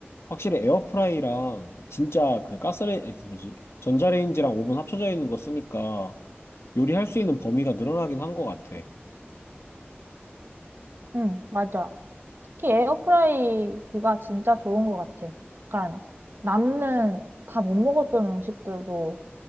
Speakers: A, on the left; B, on the right.
A: 확실히 에어프라이랑 진짜 그 가스레인지, 뭐지? 전자레인지랑 오븐 합쳐져 있는 거 쓰니까 요리할 수 있는 범위가 늘어나긴 한 것 같아.
B: 응, 맞아. 특히 에어프라이기가 진짜 좋은 것 같아. 약간 남는 다 못 먹었던 음식들도